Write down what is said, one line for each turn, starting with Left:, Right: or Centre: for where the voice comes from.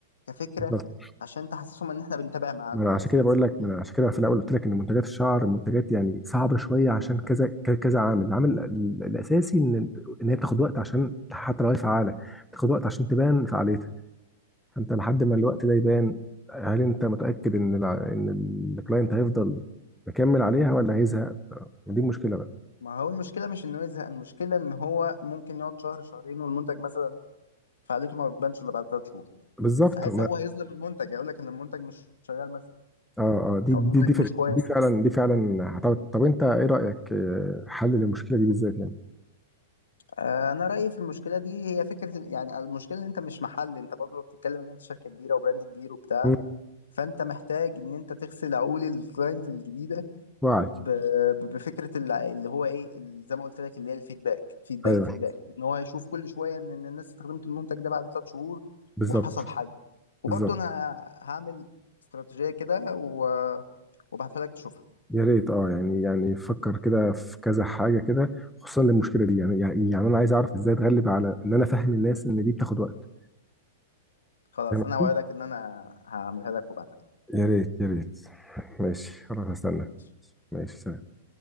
Left: كفكرة
Centre: بالظبط.
Left: عشان تحسسهم إن إحنا بنتابع معاكم
Centre: ما انا عشان
Left: مثلا
Centre: كده بقول لك ما انا عشان كده في الاول قلت لك ان منتجات الشعر منتجات يعني صعبه شويه عشان كذا ك- كذا عامل العامل ال- ال- الاساسي ان ان هي بتاخد وقت عشان حتى لو هي فعاله بتاخد وقت عشان تبان فعاليتها فانت لحد ما الوقت ده يبان هل انت متاكد ان الع- ان الكلاينت هيفضل مكمل عليها ولا هيزهق دي المشكله بقى
Left: ما هو المشكلة مش إنه يزهق المشكلة إن هو ممكن يقعد شهر شهرين والمنتج مثلا فعاليته ما بتبانش إلا بعد تلات شهور
Centre: بالظبط
Left: ساعتها هو هيظلم المنتج يقول لك إن المنتج مش شغال مثلا
Centre: اه اه دي
Left: أو
Centre: دي
Left: المنتج
Centre: دي, ف-
Left: مش كويس
Centre: دي فعلا دي فعلا هتعرف- طب انت ايه رأيك آه، حل للمشكلة دي بالذات يعني
Left: آه، أنا رأيي في المشكلة دي هي فكرة ال- يعني المشكلة إن أنت مش محل أنت برضه بتتكلم إن أنت شركة كبيرة وبراند كبير وبتاع
Centre: مم،
Left: فأنت محتاج إن أنت تغسل عقول الكلاينت الجديدة
Centre: وعي
Left: ب- ب- بفكره الع- اللي هو ايه ال- زي ما قلت لك اللي هي الفيدباك فيدباك
Centre: ايوه
Left: فيدباك ان هو يشوف كل شويه ان إن الناس استخدمت المنتج ده بعد ثلاث شهور
Centre: بالظبط
Left: وحصل حاجه وبرضه
Centre: بالظبط
Left: انا ه- هعمل استراتيجيه كده و- وابعتها لك تشوفها
Centre: يا ريت اه يعني يعني فكر كده في كذا حاجة كده خصوصا للمشكلة دي يعني يعني يعني انا عايز اعرف ازاي اتغلب على ان انا افهم الناس ان دي بتاخد وقت
Left: خلاص
Centre: فاهم قصدي؟
Left: انا اوعدك ان انا هعملها لك وابعتها لك
Centre: يا ريت يا ريت ماشي خلاص هستنى
Left: ماشي.
Centre: ماشي سلام